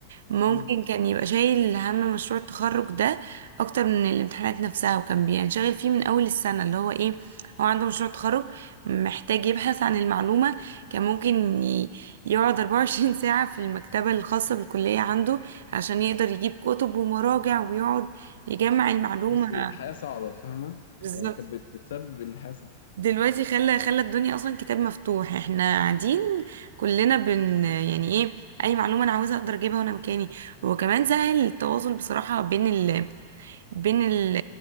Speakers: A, on the right; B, on the left.
A: ممكن
B: مم.
A: كان يبقى شايل هم مشروع التخرج ده اكتر من الامتحانات نفسها وكان بينشغل فيه من اول السنة اللي هو ايه هو عنده مشروع تخرج محتاج يبحث عن المعلومة كان ممكن ي- يقعد 24 ساعة في المكتبة الخاصة بالكلية عنده عشان يقدر يجيب كتب ومراجع ويقعد يجمع المعلومة
B: بصي حياه صعبه فاهمه
A: بالظبط
B: يعني كانت بت- بتسبب ان حياه
A: دلوقتي خلى خلى الدنيا أصلا كتاب مفتوح احنا قاعدين كلنا بن يعني ايه أي معلومة أنا عاوزها أقدر أجيبها وأنا مكاني وكمان سهل التواصل بصراحة بين ال... بين ال...